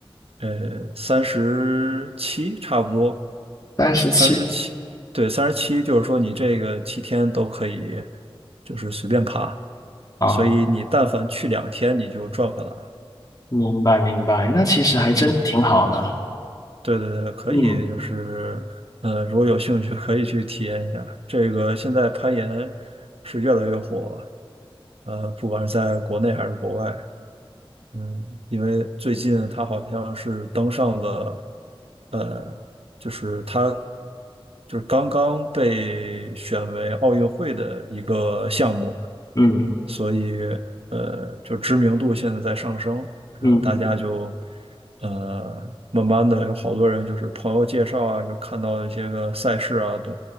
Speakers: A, on the right; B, on the left.
A: 呃，三十七差不多，
B: 三十七
A: 三十七，对，三十七，就是说你这个七天都可以，就是随便爬，
B: 啊，
A: 所以你但凡去两天，你就赚回来了。
B: 明白明白，那其实还真挺好的。
A: 嗯。对对对，可以，
B: 嗯
A: 就是，呃，如果有兴趣，可以去体验一下。这个现在攀岩是越来越火了，呃，不管是在国内还是国外，嗯，因为最近他好像是登上了，呃，就是他就是刚刚被选为奥运会的一个项目，
B: 嗯
A: 所以呃，就知名度现在在上升，然后大家就
B: 嗯
A: 呃，慢慢的有好多人就是朋友介绍啊，就看到一些个赛事啊，都，